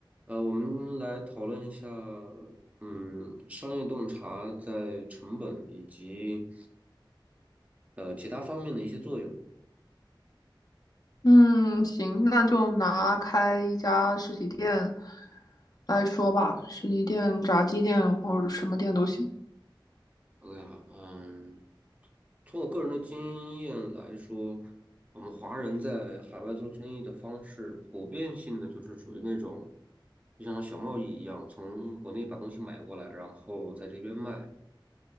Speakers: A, on the right; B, on the left.
A: 呃，我们来讨论一下，嗯，商业洞察在成本以及呃其他方面的一些作用。
B: 嗯，行，那就拿开一家实体店来说吧，实体店、炸鸡店或者什么店都行。
A: OK，好，嗯，从我个人的经验来说，我们华人在海外做生意的方式，普遍性的就是属于那种，就像小贸易一样，从国内把东西买过来，然后在这边卖。